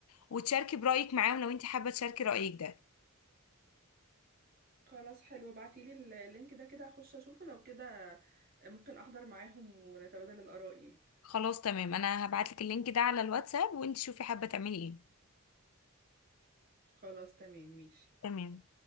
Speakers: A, on the left; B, on the right.
A: وتشاركي برأيك معاهم لو انتي حابة تشاركي رأيك ده
B: خلاص حلو ابعتيلي اللينك ده كده هخش اشوفه لو كده ممكن احضر معاهم ونتبادل الاراء يعني
A: خلاص تمام انا هبعتلك اللينك ده على الواتساب وانتي شوفي حابة تعملي ايه
B: خلاص تمام ماشي
A: تمام